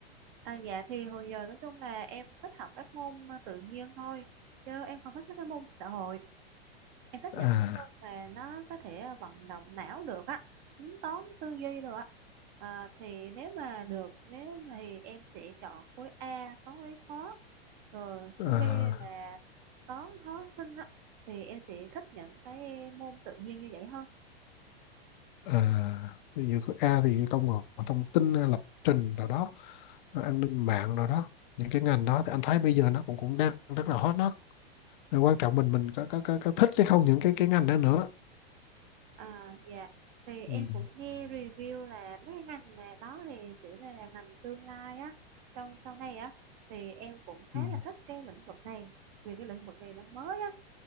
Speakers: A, on the right (about 45°); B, on the left (about 55°).
A: À, dạ thì hồi giờ nói chung là em thích học các môn ờ, tự nhiên thôi chứ em không thích mấy cái môn xã hội em thích
B: À,
A: những môn mà nó có thể ờ, vận động não được á tính toán tư duy được á Ờ, thì nếu mà được nếu mà thì em sẽ chọn khối A toán lý khó rồi
B: à
A: khối B là toán hóa sinh á thì em sẽ thích những cái môn tự nhiên như vậy hơn
B: à, ví dụ có A thì công nghệ thông tin hay lập trình rồi đó rồi an ninh mạng rồi đó những cái ngành đó thì anh thấy bây giờ nó cũng cũng đang rất là hot đó rồi quan trọng mình mình có, có, có, có thích hay không những cái cái ngành đó nữa
A: à dạ thì em
B: ừ.
A: cũng nghe review là mấy cái ngành này đó thì sẽ là là ngành tương lai á trong sau này á thì em cũng khá
B: Ừ.
A: là thích cái lĩnh vực này vì cái lĩnh vực này nó mới á